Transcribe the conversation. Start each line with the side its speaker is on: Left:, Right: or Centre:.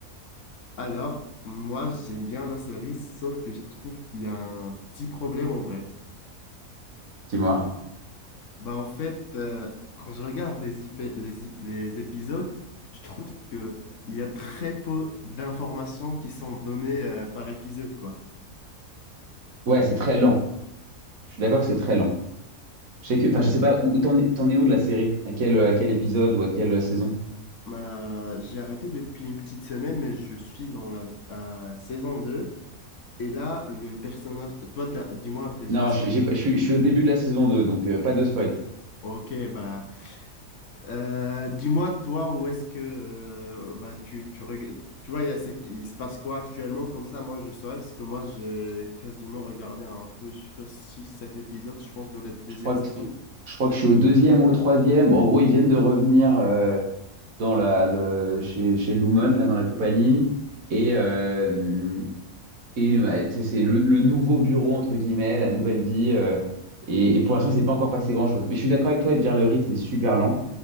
Left: Alors, moi, j'aime bien la série, sauf que je trouve qu'il y a un petit problème en vrai.
Right: Dis-moi.
Left: Bah, en fait, euh, quand je regarde les, ip- les, ip- les épisodes, je trouve que il y a très peu d'informations qui sont données euh, par épisode, quoi.
Right: Ouais, c'est très lent. Je suis d'accord que c'est très lent. Je sais que, enfin,
Left: Ouais.
Right: je sais pas où t'en es, t'en es où de la série? À quel, à quel épisode ou à quelle saison?
Left: Bah, j'ai arrêté depuis une petite semaine, mais je suis dans la euh, saison 2. Et là, le personnage, toi, t'as- dis-moi déjà
Right: Non,
Left: ce
Right: je
Left: que...
Right: j'ai pas- je suis je suis au début de la saison deux, donc euh, pas de spoil.
Left: Ok, bah, euh, dis-moi toi où est-ce que euh, bah, tu, tu, reg- tu vois, il, y a ce- il se passe quoi actuellement, comme ça, moi, je saurais, parce que moi, j'ai quasiment regardé un peu, je sais pas, 6, 7 épisodes, je pense, de la deuxième
Right: Je crois
Left: saison.
Right: que, je crois que je suis au deuxième ou au troisième. Bon, en gros, ils viennent de revenir euh, dans la, de- chez, chez Lumon, là, dans la compagnie. Et, euh, Et il m'a- tu c'est le, le nouveau bureau, entre guillemets, la nouvelle vie. euh, et, et pour l'instant, il s'est pas encore passé grand-chose. Mais je suis d'accord avec toi de dire le rythme est super lent.